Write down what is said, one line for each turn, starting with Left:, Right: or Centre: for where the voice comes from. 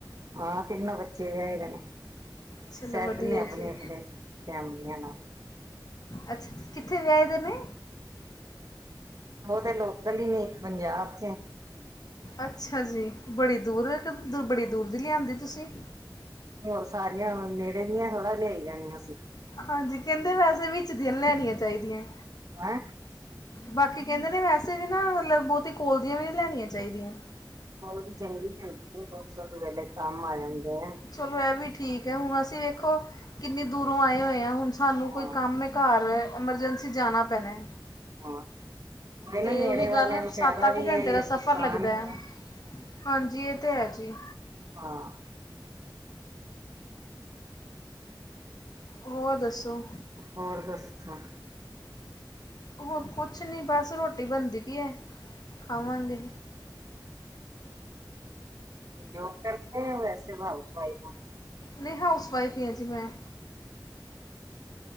Right: ਹਾਂ। ਤਿੰਨ ਬੱਚੇ ਵਿਹਾਇ ਨੇ।
Left: ਚਲੋ
Right: ਸੈੱਟ
Left: ਵਧੀਆ
Right: ਨੇ ਆਪਣੀ
Left: ਜੀ
Right: ਆਪਣੇ ਫੈਮਲੀਆਂ ਨਾਲ।
Left: ਅੱਛਾ। ਕਿੱਥੇ ਵਿਆਹੇ ਦੇ ਨੇ?
Right: ਉਹ ਤੇ ਲੋਕਲ ਹੀ ਨੀ ਇੱਕ ਪੰਜਾਬ ਚ
Left: ਅੱਛਾ ਜੀ। ਬੜੀ ਦੂਰ ਦੀ ਬੜੀ ਦੂਰ ਦੀ ਲਿਆਂਦੀ ਤੁਸੀਂ।
Right: ਹੋਰ ਸਾਰੀਆਂ ਨੇੜੇ ਦੀਆਂ ਥੋੜਾ ਲਿਆਈ ਜਾਣੀਆਂ ਸੀ।
Left: ਹਾਂਜੀ। ਕਹਿੰਦੇ ਵੈਸੇ ਵਿੱਚਦੀਆਂ ਲੈਣੀਆਂ ਚਾਹੀਦੀਆਂ।
Right: ਹੈਂ।
Left: ਬਾਕੀ ਕਹਿੰਦੇ ਨੇ ਵੈਸੇ ਵੀ ਨਾ ਮਤਲਬ ਬਹੁਤੀ ਕੋਲ ਦੀਆਂ ਵੀ ਨਹੀਂ ਲੈਣੀਆਂ ਚਾਹੀਦੀਆਂ।
Right: ਵੀ ਚੰਗੀ ਹੁੰਦੀ ਲੋਕ ਸਭ ਵੇਲੇ ਕੰਮ ਆ ਜਾਂਦੇ ਆ ਸੇ
Left: ਚਲੋ ਇਹ ਵੀ ਠੀਕ ਹੈ ਹੁਣ ਅਸੀਂ ਵੇਖੋ ਕਿੰਨੀ ਦੂਰੋਂ ਆਏ ਹੋਏ ਹਾਂ ਹੁਣ ਸਾਨੂੰ
Right: ਹਾਂ
Left: ਕੋਈ ਕੰਮ ਮ ਘਰ ਅਮਏਵੇਂਰਜੈਂਸੀ ਜਾਣਾ ਪੈਣਾ।
Right: ਹਾਂ ਇਹ
Left: ਤੇ
Right: ਨਾ ਨੇੜੇ
Left: ਉਹੀ
Right: ਵਾਲਿਆਂ
Left: ਗੱਲ
Right: ਨੂੰ ਫਾਇਦਾ
Left: ਸੱਤ ਅੱਠ
Right: ਵੀ
Left: ਘੰਟੇ
Right: ਹੈ
Left: ਦਾ
Right: ਨੁਕਸਾਨ
Left: ਸਫ਼ਰ ਲੱਗਦਾ
Right: ਵੀ
Left: ਹੈ। ਹਾਂਜੀ। ਇਹ ਤੇ ਹੈ ਜੀ।
Right: ਹਾਂ।
Left: ਹੋਰ ਦੱਸੋ।
Right: ਹੋਰ ਦੱਸੋ
Left: ਹੋਰ ਕੁਛ ਨਹੀਂ ਬਸ ਰੋਟੀ ਬਣਦੀ ਵੀ ਹੈ ਖਾਵਾਂਗੇ।
Right: ਜੋਰ ਕਰਦੇ ਵੈਸੇ ਹਾਊਸ ਵਾਈਫ ਹੋ
Left: ਨਹੀਂ ਹਾਊਸ ਵਾਈਫ ਹੀ ਹਾਂ ਜੀ ਮੈਂ।
Right: ਅੱਛਾ।